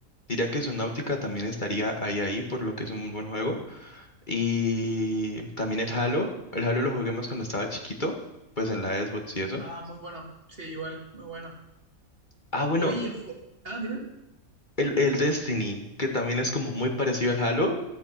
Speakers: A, on the left (about 35°); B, on the right (about 40°).
A: Diría que Subnautica también estaría ahí ahí, por lo que es un buen juego. Y también el Halo, el Halo lo jugué más cuando estaba chiquito, pues en la Xbox y eso.
B: Ah, muy bueno. Sí, igual, muy bueno.
A: Ah, bueno,
B: Oye, el For- Ah, dime.
A: El, el Destiny, que también es como muy parecido al Halo,